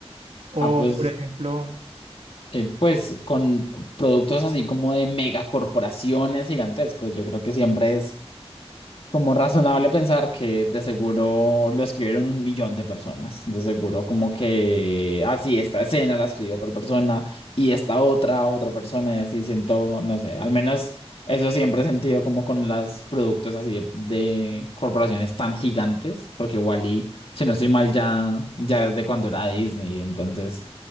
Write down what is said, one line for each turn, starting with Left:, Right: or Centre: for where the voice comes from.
Right: O,
Left: Ah, pues,
Right: por ejemplo...
Left: eh, pues con productos así como de megacorporaciones gigantescos, yo creo que siempre es Como razonable pensar que de seguro lo escribieron un millón de personas. De seguro como que, así esta escena la escribió tal persona y esta otra, otra persona y así siento, no sé, al menos eso siempre he sentido como con los productos así de, de corporaciones tan gigantes, porque Wally, si no estoy mal, ya, ya es de cuando era Disney, entonces